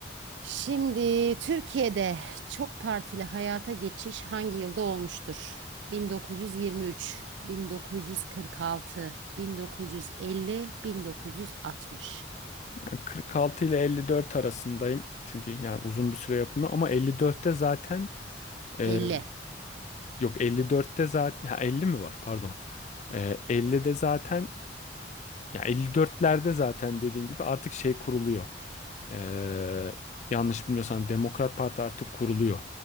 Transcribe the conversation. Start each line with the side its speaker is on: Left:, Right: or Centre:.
Right: Şimdi Türkiye'de çok partili hayata geçiş hangi yılda olmuştur? 1923, 1946, 1950, 1960.
Left: Yani 46 ile 54 arasındayım. Çünkü yani uzun bir süre yapılmıyor ama 54'te zaten e,
Right: 50.
Left: yok 54'te zaten ha, 50 mi var? Pardon. E, 50'de zaten Ya 54'lerde zaten dediğim gibi artık şey kuruluyor. Ee, yanlış bilmiyorsam Demokrat Parti artık kuruluyor.